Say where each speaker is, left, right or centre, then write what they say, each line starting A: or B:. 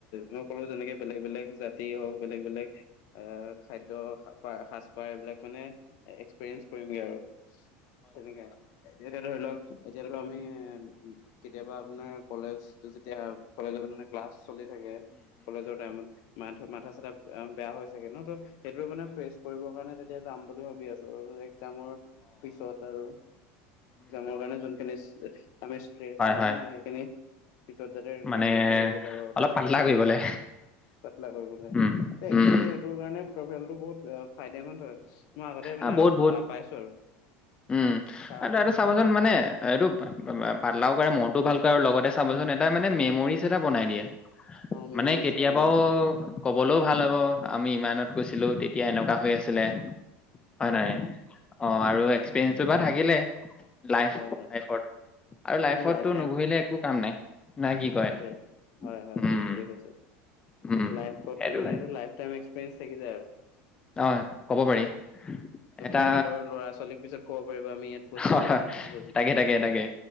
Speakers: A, on the left; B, on the left.
A: মই ক'লো যেনেকে বেলেগ বেলেগ জাতি হওক, বেলেগ বেলেগ আহ', খাদ্য সাজপাৰ এইবিলাক মানে এক্সপেৰিয়েন্চ কৰিমগে আৰু, তেনেকে এতিয়া ধৰি লওক এতিয়া ধৰি লওক আপুনি কেতিয়াবা আপোনাৰ কলেজ যেতিয়া কলেজত মানে ক্লাছ চলি থাকে। কলেজৰ টাইমত মা মাথা চাথা বেয়া হৈ চাগে ন, ত' সেইটো মানে ফ্ৰেচ কৰিবৰ কাৰণে যাম বুলি ভাবি আছো আৰু, একজামৰ পিছত আৰু। মোৰ কাৰণে যোনখিনি আমি ষ্ট্ৰেচ লম
B: হয়।
A: ন সেইখিনি পিছত যাতে ৰিলিফ
B: মানে
A: কৰি থৈ আহিব পাৰু আৰু,
B: অলপ
A: তাত
B: পাতলা
A: চাই
B: কৰিবলে।
A: মেলি পাতলা কৰিবলে।
B: উম।
A: ত' একচুৱেলি
B: উম।
A: সেইটোৰ কাৰণে ট্ৰেভেলটো বহুত ফাইদেমন হয়। মই আগতে মানে
B: আ', বহুত
A: আহ,
B: বহুত
A: পাইছো আৰু
B: উম',
A: কাৰণ
B: আৰু ত' এইটো চাবা চোন মানে এইটো পাতলাও কৰে মনটোও ভাল কৰে আৰু লগতে চাবচোন এটা মানে মেমৰিজ এটা বনাই দিয়ে
A: অ মেমৰিজ
B: মানে কেতিয়াবাও
A: এটা বনাই দিয়ে
B: কবলৈও ভাল হ'ব আমি ইমানত গৈছিলো তেতিয়া এনেকুৱা হৈ আছিলে হয় নাই অ আৰু
A: হয়
B: এক্সপিৰিয়েঞ্চটো
A: হয়
B: বা থাকিলে লাইফ
A: হয় হয়
B: লাইফত আৰু লাইফতো
A: এইটো লাইফ
B: নুঘুৰিলে একো কাম নাই না কি কয়
A: এটোৱে হয় হয়
B: উম
A: ঠিকেই কৈছে
B: উম
A: লাইফত
B: সেইটো
A: মানে এইটো লাই টাইম এক্সপিৰিয়েঞ্চ থাকি যায় আৰু।
B: অহ', ক'ব পাৰি।
A: আপুনি
B: এটা
A: নিজৰ ল'ৰা ছোৱালীক পিছত ক'ব পাৰিব আমি ইয়াত গৈছিলো
B: হয় হয়,
A: আমুকত। গৈছিলো
B: তাকে, তাকে, তাকে,